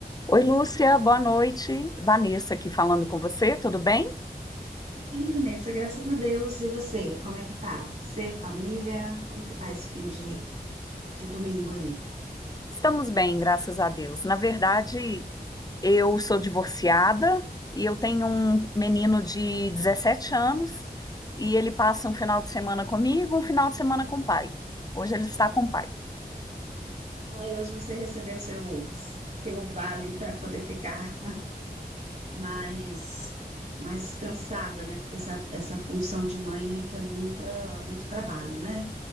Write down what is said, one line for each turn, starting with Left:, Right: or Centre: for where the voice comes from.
Left: Oi, Lúcia, boa noite. Vanessa aqui falando com você, tudo bem?
Right: Bem, Vanessa, graças a Deus. E você, como é que tá? Você, família, como que tá esse fim de, de domingo aí?
Left: Estamos bem, graças a Deus. Na verdade, eu sou divorciada e eu tenho um menino de 17 anos e ele passa um final de semana comigo, um final de semana com o pai. Hoje ele está com o pai.
Right: Ai, hoje você recebeu seu, seu vale para poder ficar mais, mais descansada, né? Porque essa, essa função de mãe requer muita, muito trabalho, né?